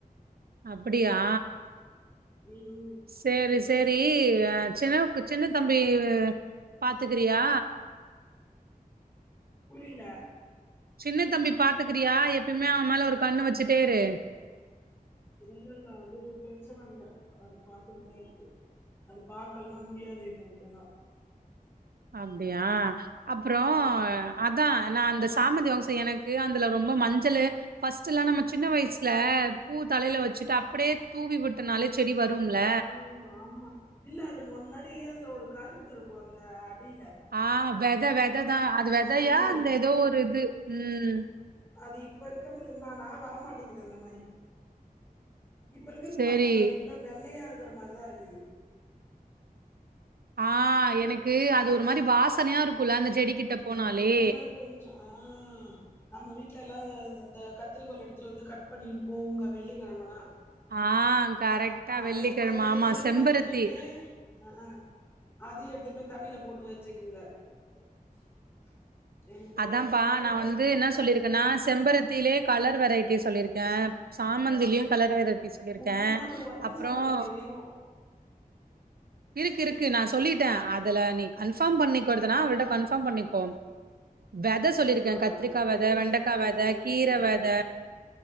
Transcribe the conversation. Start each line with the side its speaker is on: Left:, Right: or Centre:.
Right: அப்டியா
Left: உம் உம்
Right: சேரி சேரி சின்னவுக்கு சின்ன தம்பி பாத்துக்கிறியா
Left: புரில
Right: சின்ன தம்பி பாத்துக்றியா எப்பயுமே அவன் மேல ஒரு கண்ணு வச்சுட்டே இரு
Left: இல்ல இல்ல ஒன்னும் பிரச்சனை இல்ல அது பாத்துட்டுத்தான் இருக்கு அது பாக்கலனா முடியாது இவுங்ககிட்டலாம்
Right: அப்டியா அப்புறம்
Left: ம்.
Right: அ து தான் நான் அந்த சாமந்தி வாசம் எனக்கு அதுல ரொம்ப மஞ்சள் ஃபர்ஸ்ட் எல்லாம் நம்ம சின்ன வயசுல பூ தலையில வச்சுட்டு அப்படியே தூவி விட்டனாலே செடி வரும்ல
Left: ஆஹ் ஆமா இல்ல அது முன்னாடியே அதுல ஒரு கருப்பு இருக்கும் அந்த அடி
Right: ஆஹ் வெதை வெதைதான் அது வெதையா
Left: வெத மாரி.
Right: அந்த ஏதோ ஒரு இது உம்
Left: அது இப்ப இருக்கிறதுல என்னானா வரமாட்டேங்குது அந்த மாரி இப்ப இருக்கது
Right: சேரி
Left: பாத்தியா புல்லா வெள்ளையா இரு க்குற மாரி தான் இருக்குது
Right: ஆஹ் எனக்கு அது ஒரு மாரி வாசனையா இருக்கும்ல அந்த செடி கிட்ட போனாலே
Left: எனக்கு என்னன்னா கொஞ்சம் ஆஹ் நம்ம வீட்டுல எல்லாம் அ ந்த கத்திரிக்கோல் எடுத்துட்டு வந்து கட் பண்ணிவைப்போம் வெள்ளிக்கெழமனா
Right: ஆ கரெக்டா வெள்ளிக்கிழம
Left: அதே மாரி இந்த
Right: ஆமா
Left: செம்பருத்தியுமே
Right: செம்பருத்தி
Left: ஆஹ்ஹ அதை எடுத்துனு போய் தண்ணியில போட்டு வச்சுக்குங்க <inaudible>
Right: அதான்ப்பா
Left: என்ன பண்றதுன்றாங்க.
Right: நான் வந்து என்ன சொல்லிருக்கேன்னா செம்பருத் திலே கலர் வெரைட்டி சொல்லிருக்கேன் சாமந்திலும் கலர் வெரைட்டி சொல்லியிருக்கேன்
Left: முக்கியமா இந்த ஒத்த
Right: அப்புறம்
Left: செம்பருத்தி வேணும்.
Right: இருக்கு இருக்கு நான் சொல்லிட்டேன் அதுல நீ கன்ஃபார்ம் பண்ணிக்கொறதுனா அவள்ட கன்ஃபார்ம் பண்ணிக்கோ வெத சொல்லியிருக்கேன்
Left: இப்ப நானால
Right: கத்திரிக்காய் வெத
Left: பேச
Right: வெண்டைக்காய்
Left: முடியாதேனே!
Right: வெத கீரை வெத